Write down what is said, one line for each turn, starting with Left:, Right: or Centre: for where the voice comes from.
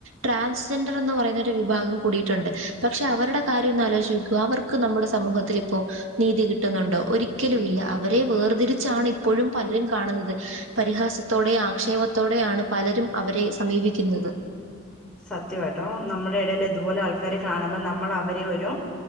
Right: ട്രാൻസ്ജെൻഡറും എന്ന് പറയുന്ന ഒരു വിഭാഗം കൂടിട്ടൊണ്ട്. പക്ഷെ അവരുടെ കാര്യം ഒന്ന് ആലോചിച്ച് നോക്ക് അവർ ക്ക് നമ്മുടെ സമൂഹത്തിൽ ഇപ്പോ. നീതി കിട്ടുന്നുണ്ടോ. ഒരിക്കലും ഇല്ല. അവരെ വേർതിരിച്ചാണ് ഇപ്പോഴും പലരും കാണുന്നത്. പരിഹാസത്തോടെ ആക്ഷേപത്തോടെ ആണ് പലരും അവരെ സമീപിക്കുന്നത്.
Centre: സത്യവാട്ടൊ. നമ്മെടെ എടേല് ഇതുപോലെ ആൾക്കാര് കാണ് മ്പം നമ്മൾ അവരെ ഒരു.